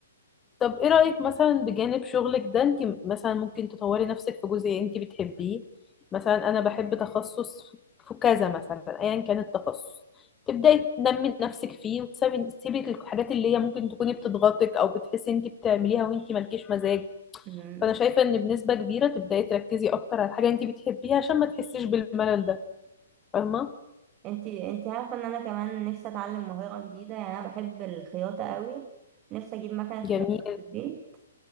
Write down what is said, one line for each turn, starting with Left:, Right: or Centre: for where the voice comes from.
Left: طب ايه رأيك مثلا بجانب شغلك ده انت مثلا ممكن تطوري نفسك في جزء انت بتحبيه مثلا انا بحب تخصص في كذا مثلا ايا كان التخصص تبداي تنمي نفسك فيه وتسيبي تسيبي الحاجات اللي هي ممكن تكوني بتضغطك او بتحسي انت بتعمليها وانت مالكيش مزاج
Right: امم
Left: فانا شايفة ان بنسبة كبيرة تبداي تركزي اكتر على الحاجة انت بتحبيها عشان ما تحسيش بالملل ده فاهمة
Right: انتي انتي عارفة ان انا كمان نفسي اتعلم مهارة جديدة يعني انا بحب الخياطة قوي نفسي اجيب مكنة
Left: جميل
Right: خياطة في البيت